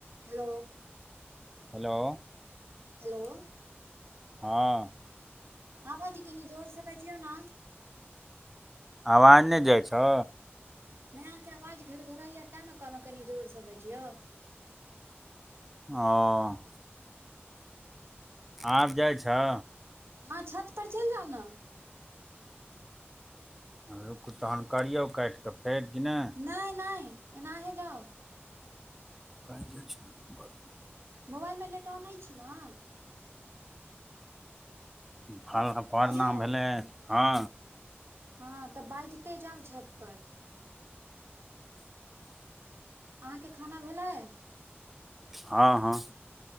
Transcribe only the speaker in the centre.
Hello!
हँ।
अवाज नहि जाइ छौ?
ओ! आब जाइ छो?
रुक तहन करियौ काटि कऽ फेर, कि नइ?
काजे छै बड निक।
फल <unintelligible> परना
भेलै हँ।
हँ- हँ।